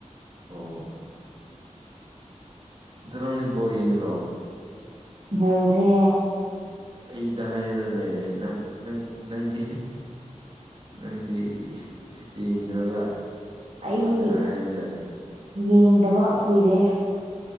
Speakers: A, on the right (about 40°); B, on the right (about 60°).
A: ꯑꯣ ꯅꯣꯅꯤꯕꯣ ꯌꯦꯡꯉ꯭ꯔꯣ
B: ꯣꯖꯦ
A: ꯑꯩꯗ ꯍꯥꯏꯔ ꯂꯩꯔꯦ ꯅꯪ ꯅꯪ ꯅꯪꯗꯤ ꯅꯪꯗꯤ ꯌꯦꯡꯗ꯭ꯔꯒ ꯑꯩꯉꯣꯟꯗꯒ
B: ꯑꯩ
A: ꯍꯥꯏꯕ ꯁꯥꯔꯦ
B: ꯌꯦꯡꯗꯕ ꯀꯨꯏꯔꯦ